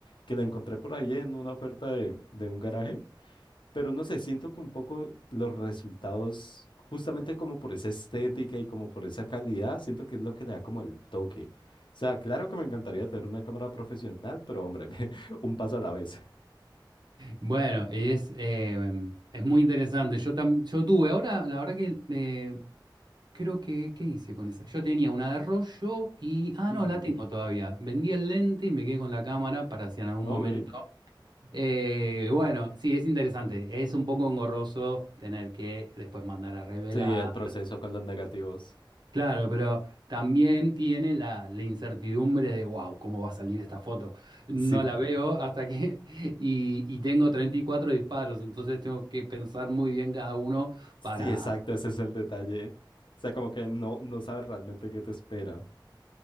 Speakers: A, on the left; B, on the right.
A: Que la encontré por ahí en una oferta de, de un garaje. Pero no sé, siento que un poco los resultados, justamente como por esa estética y como por esa calidad, siento que es lo que le da como el toque. O sea, claro que me encantaría tener una cámara profesional, pero hombre, <laughs> un paso a la vez.
B: Bueno, y es, eh, es muy interesante. Yo, tam- yo tuve, ahora la verdad que eh, creo que, ¿qué hice con esa? Yo tenía una de rollo y, ah,
A: Ujú,
B: no, la tengo todavía. Vendí el lente y me quedé con la cámara para si en algún
A: Ok.
B: momento. Eh, bueno, sí, es interesante. Es un poco engorroso tener que después mandar a revelar.
A: Sí, el proceso con los negativos.
B: Claro, pero también tiene la, la incertidumbre de, wow, ¿cómo va a salir esta foto? No
A: Sí,
B: la veo hasta que... <laughs> Y, y tengo 34 disparos, entonces tengo que pensar muy bien cada uno para...
A: Sí, exacto, ese es el detalle. O sea, como que no, no sabes realmente qué te espera,